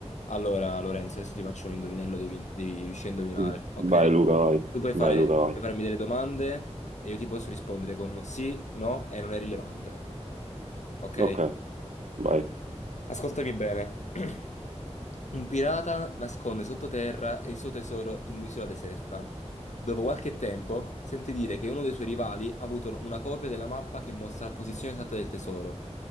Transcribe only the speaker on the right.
Mm.
Vai Luca, vai,
vai Luca, vai.
Ok, vai.